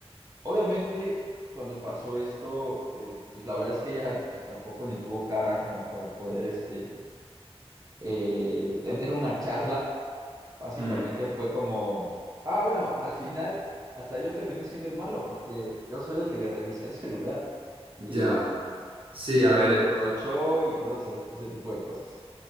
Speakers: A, on the right; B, on the right.
A: Obviamente, cuando pasó esto, eh, pues la verdad es que ella pues, tampoco ni tuvo cara como para poder este, eh, tener una charla. Básicamente
B: Hmm,
A: fue como, ah, bueno, al final hasta yo terminé siendo el malo porque yo soy el que le revisé el celular
B: ya.
A: y,
B: Sí,
A: y me
B: a
A: lo
B: ver.
A: reprochó y todo ese, ese tipo de cosas.